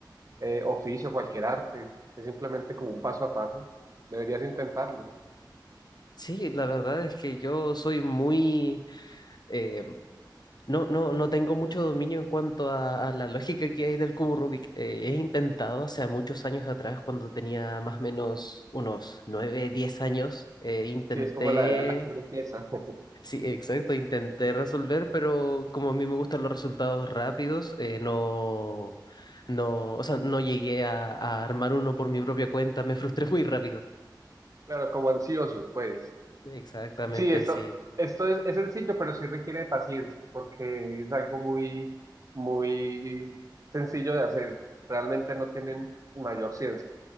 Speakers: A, on the right; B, on the left.
A: eh, oficio, cualquier arte, es simplemente como un paso a paso. Deberías intentarlo.
B: Sí, la verdad es que yo soy muy... eh, no, no, no tengo mucho dominio en cuanto a, a la lógica que hay del cubo Rubik. Eh, he intentado hace muchos años atrás, cuando tenía más o menos unos 9, 10 años, eh, intenté
A: Sí, es como la edad en la que uno empieza. <laughs>
B: Sí, exacto, intenté resolver, pero como a mí me gustan los resultados rápidos, eh, no, no, o sea, no llegué a, a armar uno por mi propia cuenta, me frustré <laughs> muy rápido.
A: Claro, como ansioso, pues.
B: Exactamente,
A: Sí, esto,
B: sí.
A: esto es, es sencillo, pero sí requiere de paciencia, porque es algo muy, muy sencillo de hacer. Realmente no tienen mayor ciencia.